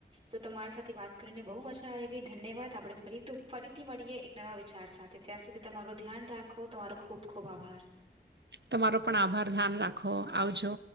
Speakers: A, on the right (about 30°); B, on the right (about 85°).
A: તો તમારી સાથે વાત કરીને બહુ મજા આવી ધન્યવાદ આપણે ફરી ફરી. મળીએ એક નવા વિચાર સાથે ત્યાં સુધી તમારું ધ્યાન રાખો તમારો ખૂબ ખૂબ આભાર.
B: તમારો પણ આભાર ધ્યાન રાખો આવજો.